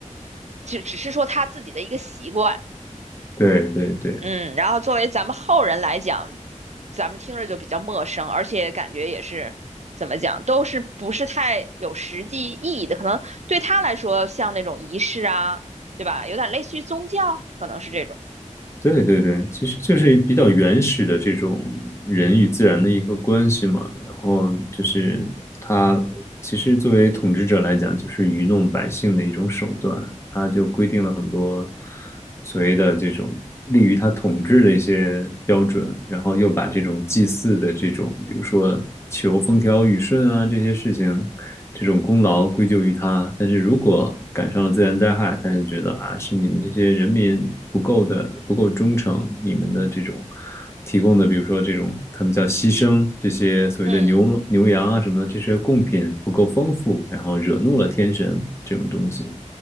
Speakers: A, on the right; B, on the left.
A: 只只是说他自己的一个习惯，
B: 对对对，
A: 嗯，然后作为咱们后人来讲，咱们听着就比较陌生，而且感觉也是怎么讲，都是不是太有实际意义的。可能对他来说，像那种仪式啊，对吧？有点类似于宗教，可能是这种。
B: 对对对，其实就是比较原始的这种人与自然的一个关系嘛。然后就是他其实作为统治者来讲，就是愚弄百姓的一种手段。他就规定了很多所谓的这种利于他统治的一些标准，然后又把这种祭祀的这种，比如说求风调雨顺啊这些事情，这种功劳归咎于他。但是如果赶上了自然灾害，他就觉得啊，是你们这些人民。不够的不够忠诚，你们的这种提供的，比如说这种他们叫牺牲，这些所谓的牛牛羊啊什么的，
A: 嗯，
B: 这些贡品不够丰富，然后惹怒了天神这种东西，